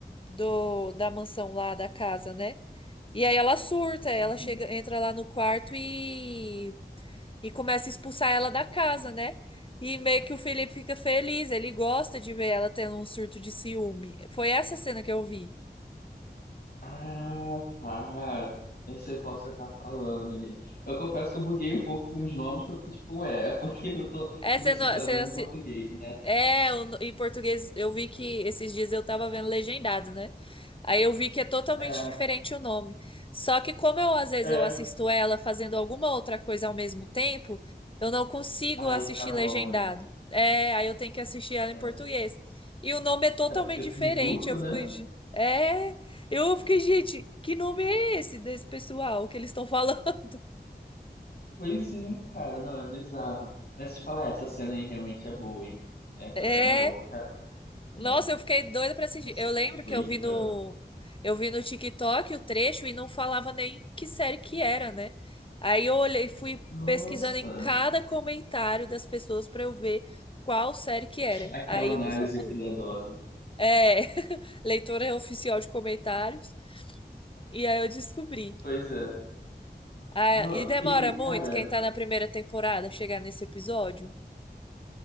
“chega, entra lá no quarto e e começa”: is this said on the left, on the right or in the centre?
Left